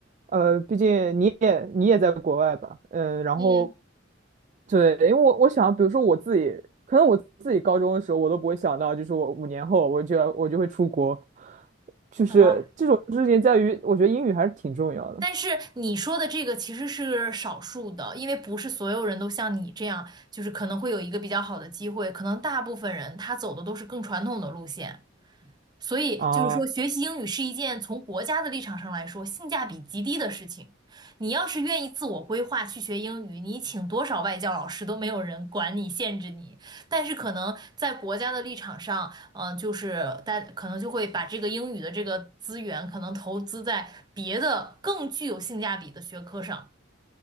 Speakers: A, on the right; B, on the right.
A: 呃，毕竟你也你也在国外吧，嗯，然后。
B: 嗯，
A: 对，因为我我想，比如说我自己，可能我自己高中的时候，我都不会想到，就是我五年后我就要我就会出国，就是这种事情在于，
B: 然后
A: 我觉得英语还是挺重要的
B: 但是你说的这个其实是少数的，因为不是所有人都像你这样，就是可能会有一个比较好的机会，可能大部分人他走的都是更传统的路线。所以就是说，
A: 啊。
B: 学习英语是一件从国家的立场上来说性价比极低的事情。你要是愿意自我规划去学英语，你请多少外教老师都没有人管你、限制你。但是可能在国家的立场上，嗯、就是大可能就会把这个英语的这个资源可能投资在别的更具有性价比的学科上，